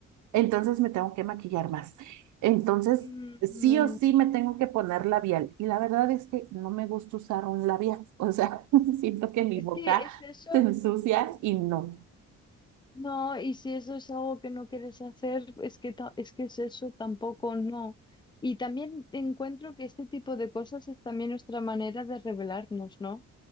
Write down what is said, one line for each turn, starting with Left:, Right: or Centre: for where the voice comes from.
Right: entonces me tengo que maquillar más. Entonces,
Left: Mm,
Right: sí o sí me tengo que poner labial. Y la verdad es que no me gusta usar un labial, o sea, <laughs> siento que mi
Left: es
Right: boca
Left: que es eso.
Right: se ensucia y no.
Left: No, y si eso es algo que no quieres hacer, es que, ta- es que es eso tampoco, no. Y también encuentro que este tipo de cosas es también nuestra manera de revelarnos, ¿no?